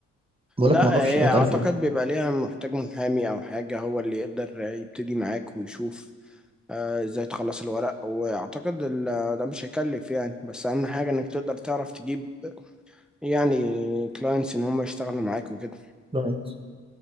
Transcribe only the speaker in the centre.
لا
هي
اعتقد
بيبقى ليها محتاج محامي او حاجة هو اللي يقدر يبتدي معاك ويشوف آه، ازاي تخلص الورق واعتقد ال- ده مش هيكلف يعني بس اهم حاجة انك تقدر تعرف تجيب يعني كلاينتس ان هم يشتغلوا معاك وكده